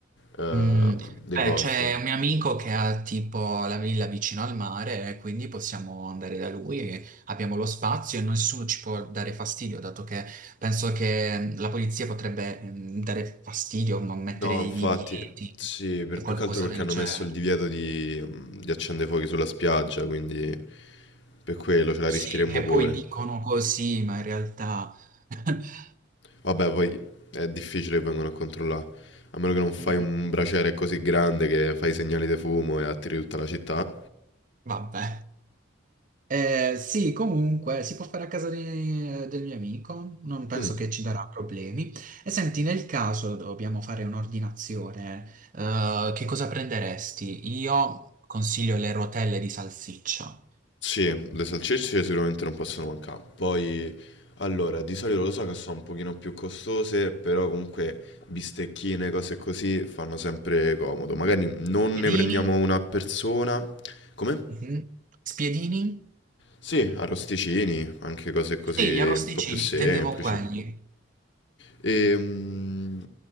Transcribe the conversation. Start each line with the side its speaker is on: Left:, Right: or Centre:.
Left: ehm,
Right: Mm,
Left: dei
Right: beh,
Left: posti.
Right: c'è un mio amico che ha tipo la villa vicino al mare, eh, quindi possiamo andare da lui, e abbiamo lo spazio e nessuno ci può dare fastidio, dato che penso che la polizia potrebbe mm, dare fastidio, ma mettere
Left: No,
Right: dei
Left: infatti,
Right: divieti
Left: sì, per
Right: e
Left: più
Right: qualcosa
Left: che altro perché
Right: del
Left: hanno
Right: genere.
Left: messo il divieto di mhmm, di accendefuochi sulla spiaggia, quindi per quello ce la
Right: Sì,
Left: rischieremmo
Right: che
Left: pure.
Right: poi dicono così, ma in realtà... <laughs>
Left: Vabbè, poi è difficile che vengano a controllare. A meno che non fai
Right: Mm, mm.
Left: un braciere così grande che fai segnali di fumo e attiri tutta la città.
Right: Vabbè. Eh, sì, comunque si può fare a casa di- del mio amico, non penso
Left: Mm,
Right: che ci darà problemi. E senti, nel caso dobbiamo fare un'ordinazione, eh, che cosa prenderesti? Io consiglio le rotelle di salsiccia.
Left: Sì, le salsicce sicuramente non possono mancare. Poi, allora, di solito lo so che sono un pochino più costose, però comunque bistecchine, cose così, fanno sempre comodo. Magari non
Right: Spiedini?
Left: ne prendiamo una a persona. Come?
Right: Mhm. Spiedini?
Left: Sì, arrosticini, anche cose così
Right: Sì, gli arrosticini,
Left: un po' più semplici.
Right: intendevo quelli.
Left: E, mm,